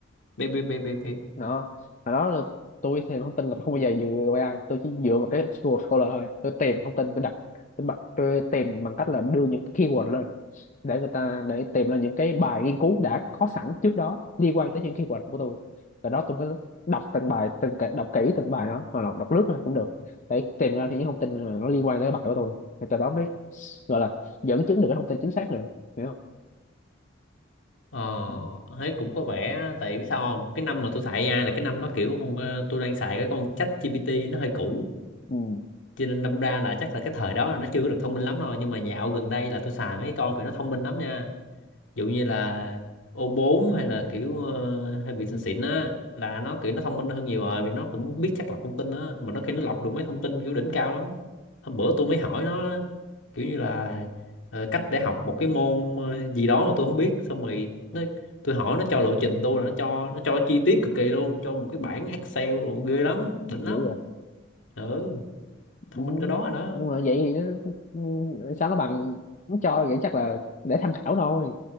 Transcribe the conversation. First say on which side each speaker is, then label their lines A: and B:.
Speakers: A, on the left; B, on the left.
A: biết biết biết biết biết
B: đó hồi đó là tôi thì thông tin là không bao giờ dựa vào AI tôi chỉ dựa vào cái Google Scholar thôi tôi tìm thông tin tôi đặt tôi, bật, tôi tìm bằng cách là đưa những keyword lên để người ta để tìm ra những cái bài nghiên cứu đã có sẵn trước đó liên quan tới những keyword của tôi và đó tôi mới đọc từng bài từng cái- đọc kỹ từng bài đó hoặc là đọc lướt thôi cũng được để tìm ra những thông tin là nó liên quan tới cái bài của tôi thì từ đó mới gọi là dẫn chứng được cái thông tin chính xác nữa hiểu không
A: ờ
B: ừ.
A: thấy cũng có vẻ tại biết sao không cái năm mà tôi xài AI là cái năm nó kiểu con ờ, tôi đang xài cái con ChatGPT nó hơi cũ
B: Ừ.
A: cho nên đâm ra là chắc là cái thời đó là nó chưa có được thông minh lắm rồi nhưng mà dạo gần đây là tôi xài mấy con kiểu nó thông minh lắm nha dụ như là O4 hay là kiểu ờ, hay bị xịn xịn á là nó kiểu nó thông minh hơn nhiều rồi vì nó cũng biết chắc lọc thông tin á mà nó khi nó lọc được mấy thông tin kiểu đỉnh cao lắm hôm bữa tôi mới hỏi nó kiểu như là ờ, cách để học một cái môn ờ, gì đó mà tôi không biết xong rồi nó tôi hỏi nó cho lộ trình tôi là nó cho nó cho chi tiết cực kỳ luôn cho một cái bảng Excel đồ ghê lắm đỉnh
B: Dữ
A: lắm ừ thông
B: Ừ,
A: minh cái đó rồi đó
B: nhưng mà vậy thì nó ừ, sao nó bằng nó cho vậy chắc là để tham khảo thôi